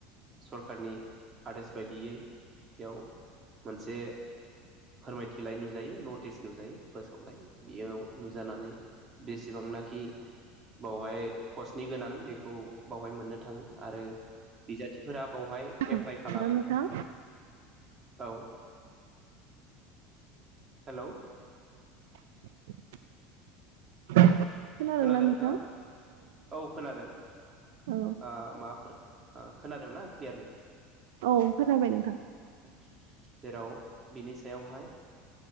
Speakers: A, on the right; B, on the right.
A: सरखारनि आदोस बायदियै बेयाव मोनसे फोरमायथिलाय नु नुजायो नटिस नुजायो फोसावलाय बेयाव नुजानानै बेसेबांनाखि बावहाय पस्टनि गोनां बेखौ बावहाय मोननो थाङो आरो बिजा थिफोरा बेवहाय
B: औ
A: एप्लाइ खालामो।
B: हेल' नोंथां
A: औ हेलौ
B: <inaudible>
A: खोनादों
B: नोंथां
A: नोंथाङा औ खोनादों
B: औ
A: ओ माबाफोर खोनादोंना क्लियारै?
B: औ खोनाबाय
A: <inaudible>
B: नोंथां
A: जेराव बिनि सायावहाय